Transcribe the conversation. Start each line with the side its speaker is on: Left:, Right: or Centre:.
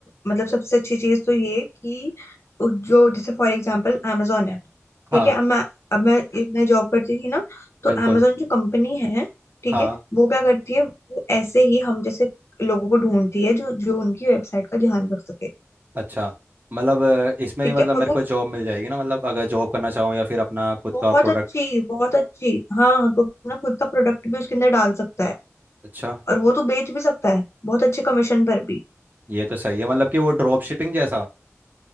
Left: मतलब सबसे अच्छी चीज तो ये कि उ- जो जैसे फॉर एग्जांपल amazon है
Right: हाँ
Left: ठीक है अब मैं अब मैं मैं जॉब करती थी ना तो
Right: बिल्कुल
Left: amazon जो कंपनी है ठीक
Right: हाँ
Left: है वो क्या करती है वो ऐसे ही हम जैसे लोगों को ढूंढती है जो जो उनकी वेबसाइट का ध्यान रख सके
Right: अच्छा मतलब अ, इसमें
Left: ठीक
Right: भी मतलब
Left: है और
Right: मेरे
Left: वो
Right: को जॉब मिल जाएगी ना मतलब अगर जॉब करना चाहूँ या फिर अपना खुद
Left: बहुत
Right: का प्रोडक्ट
Left: अच्छी बहुत अच्छी हाँ तो अपना खुद का प्रोडक्ट भी उसके अंदर डाल सकता है
Right: अच्छा
Left: और वो तो बेच भी सकता है बहुत अच्छे कमीशन पर भी
Right: ये तो सही है मतलब कि वो ड्रॉप शिपिंग जैसा